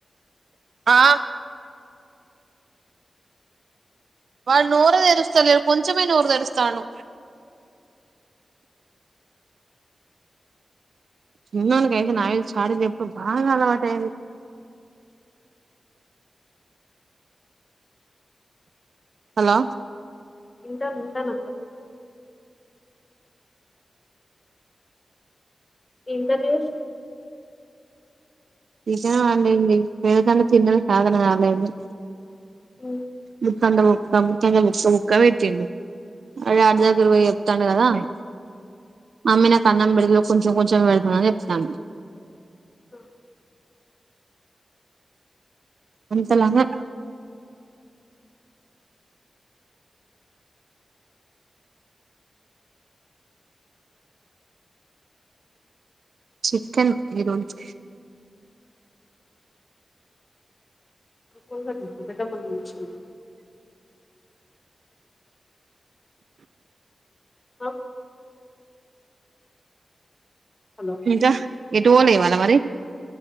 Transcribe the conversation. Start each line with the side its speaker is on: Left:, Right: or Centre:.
Right: ఆ వాడ్ నోరే తెరుసలేడు కొంచెమే నూరు తెరుస్తాడూ చిన్నోనికి అయితే నాయ చాడీలు చెప్పు బాగా అలవాటు అయింది హాలో
Left: వింటానా వింటానా ఏం కర్రీ చేసావ్
Right: చికెన్ వండింది మీ కన్నా చిన్నది కాదనగానేమి
Left: హు
Right: ముత్తండ ఒక బుక్క ముఖ్యంగా ఒక బుక్క పెట్టిండు అదే అర్జు
Left: ఆ,
Right: దగ్గర పోయి వాత్నాడు కదా మమ్మీ నాకు అన్నం పేడిబిరో కొంచెం కొంచెం పెడుతున్నా అని చెప్పిదంట
Left: హు
Right: అంతలంగా చికెన్ ఈరోజు
Left: కుండకి పెద్దమ్మ నుచ్చుంది అ హాలో
Right: జ ఎటు ఓలే ఇవాళ మరి